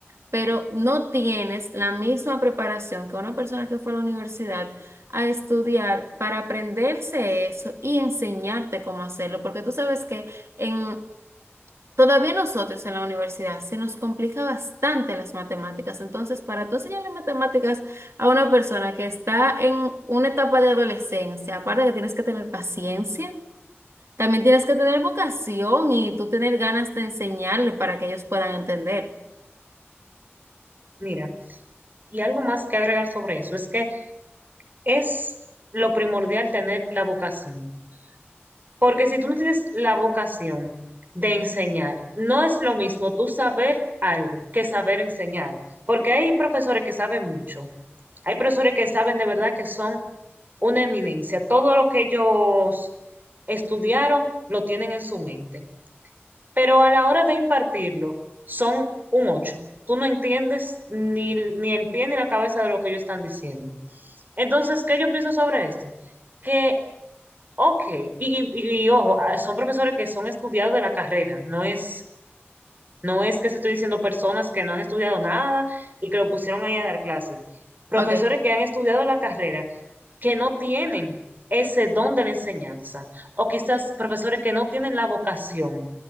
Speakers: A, on the right (about 85°); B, on the right (about 45°).
A: pero no tienes la misma preparación que una persona que fue a la universidad a estudiar para aprenderse eso y enseñarte cómo hacerlo, porque tú sabes que en Todavía a nosotros en la universidad se nos complica bastante las matemáticas. Entonces, para tú enseñarle matemáticas a una persona que está en una etapa de adolescencia, aparte que tienes que tener paciencia, también tienes que tener vocación y tú tener ganas de enseñarle para que ellos puedan entender.
B: Mira, y algo más que agregar sobre eso es que es lo primordial tener la vocación. Porque si tú no tienes la vocación de enseñar, no es lo mismo tú saber algo que saber enseñar. Porque hay profesores que saben mucho. Hay profesores que saben de verdad que son una eminencia. Todo lo que ellos estudiaron lo tienen en su mente. Pero a la hora de impartirlo, son un ocho. Tú no entiendes ni, ni el pie ni la cabeza de lo que ellos están diciendo. Entonces, ¿qué yo pienso sobre esto? Que Ok, y, y- y, ojo, ah, son profesores que son estudiados de la carrera, no es no es que se estoy diciendo personas que no han estudiado nada y que lo pusieron ahí a dar clases. Profesores
A: Ok,
B: que han estudiado la carrera, que no tienen ese don de la enseñanza. O quizás profesores que no tienen la vocación